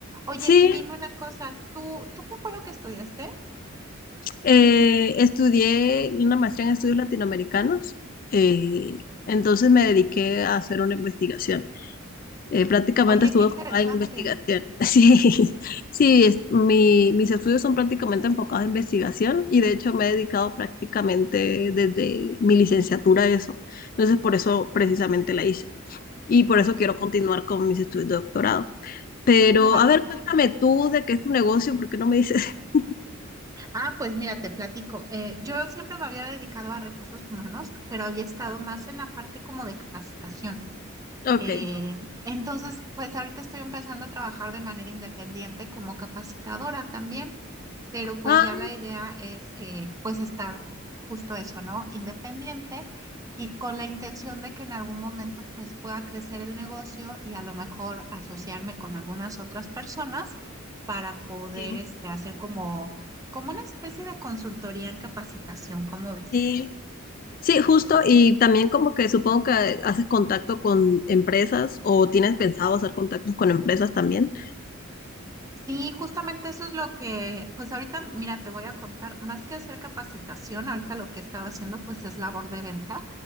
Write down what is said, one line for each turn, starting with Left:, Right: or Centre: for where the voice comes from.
Right: Oye,
Left: Sí,
Right: y dime una cosa, ¿tú, tú qué fue lo que estudiaste?
Left: Eh, estudié una maestría en estudios latinoamericanos, eh, entonces me dediqué a hacer una investigación. Eh, prácticamente
Right: Oye,
Left: estuve
Right: qué interesante.
Left: enfocada en investigación. <laughs> Sí, sí, es- mi- mis estudios son prácticamente enfocados en investigación y de hecho me he dedicado prácticamente desde mi licenciatura a eso. Entonces por eso precisamente la hice y por
Right: Ok,
Left: eso quiero continuar con mis estudios de doctorado. Pero
Right: claro.
Left: a ver, cuéntame tú de qué es tu negocio, ¿por qué no me dices? <laughs>
Right: Ah, pues mira, te platico. Eh, yo siempre me había dedicado a recursos humanos, pero había estado más en la parte como de capacitación.
Left: Ok.
Right: Eh, entonces, pues ahorita estoy empezando a trabajar de manera independiente como capacitadora también. pero pues
Left: Ah,
Right: ya la idea es eh, pues estar justo eso, ¿no? Independiente y con la intención de que en algún momento pues pueda crecer el negocio y a lo mejor asociarme con algunas otras personas para poder
Left: sí.
Right: este, hacer como, como una especie de consultoría en capacitación, ¿cómo ves?
Left: Sí. Sí, justo, y también como que supongo que haces contacto con empresas o tienes pensado hacer contactos con empresas también.
Right: Sí, justamente eso es lo que, pues ahorita, mira, te voy a contar, más que hacer capacitación, ahorita lo que he estado haciendo pues es labor de ventas